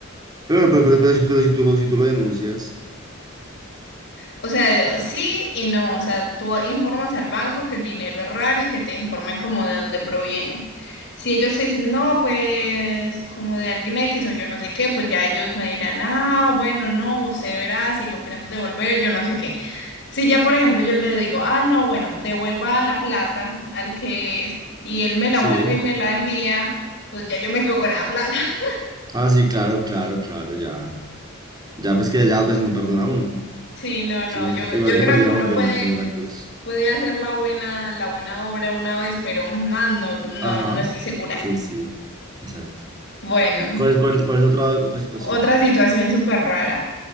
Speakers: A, on the right (about 20°); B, on the left (about 55°).
A: Pero, bueno, pero, pero, pero si pero si tú lo, si tú lo denuncias,
B: O sea, sí y no, o sea, tú informas al banco que el dinero es raro y que te informen como de dónde proviene. Si ellos te dicen, no, pues como de alguien X o yo no sé qué, pues ya ellos me dirán, ah, bueno, no, usted verá si lo queremos devolver, yo no sé qué. Si ya, por ejemplo, yo le digo, ah, no, bueno, devuelva la plata al que es, y él me la
A: sí.
B: vuelve y me la envía, pues ya yo me quedo con la plata. <laughs>
A: Ah, sí, claro, claro, claro, ya. Ya pues que ya a veces no perdona a uno,
B: Sí, no,
A: sino
B: no, yo,
A: que
B: yo
A: igual
B: creo
A: que perdió
B: que
A: la
B: uno
A: mordida
B: puede,
A: en la comunión de la cruz.
B: puede hacer la buena, la buena obra una vez, pero más no, no,
A: Ajá.
B: no estoy segura.
A: Sí, sí. Exacto.
B: Bueno,
A: ¿Cuál es, cuál, cuál es otra, otra situación?
B: otra situación súper rara.